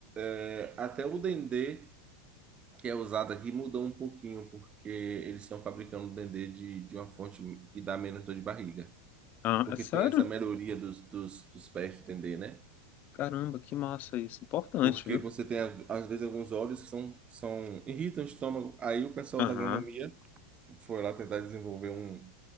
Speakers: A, on the right; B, on the left.
A: é, até o dendê que é usado aqui mudou um pouquinho, porque eles estão fabricando dendê de, de uma fonte que dá menos dor de barriga.
B: Ah,
A: Porque
B: é sério?
A: tem essa melhoria dos, dos, dos pés de dendê, né?
B: Caramba, que massa isso. Importante,
A: Porque
B: viu?
A: você tem, às vezes, alguns óleos que são, são, irritam o estômago. Aí o pessoal
B: Aham.
A: da agronomia foi lá tentar desenvolver um,